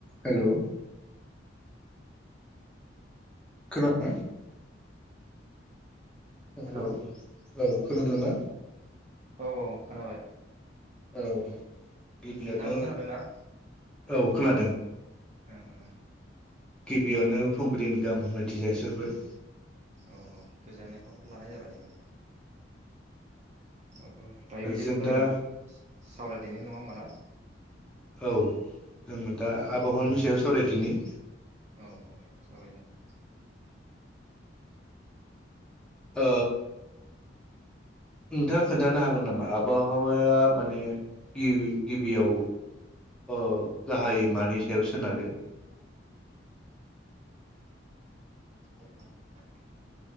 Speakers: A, in the centre; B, on the right (about 40°).
A: हेल' खोना ना hello
B: hello
A: औ खोनोंदों ना?
B: औ औ खोनाबाय।
A: औ। गिबियावनो
B: नोंथाङाबो खोनादों ना?
A: औ खोनादों।
B: अ अ
A: गिबियावनो फुंबिलिनि गाहाम हामलायथि जासिहरबाय।
B: औ औ गोजोननायखौ लानाय जाबाय दे औ ओ दायो बिदिबा
A: जों दा
B: जोङो सावरायदेनि नङा होमबा ना।
A: औ जों दा आबहावानि सायाव सावरायनि। दिनै
B: औ औ सावरायगोन।
A: ओ नोंथाङा खोन्थानो हागोन नामा आबहावाया माने गिबि गिबियाव ओ गाहायै मानि सायाव सोनारो
B: <inaudible>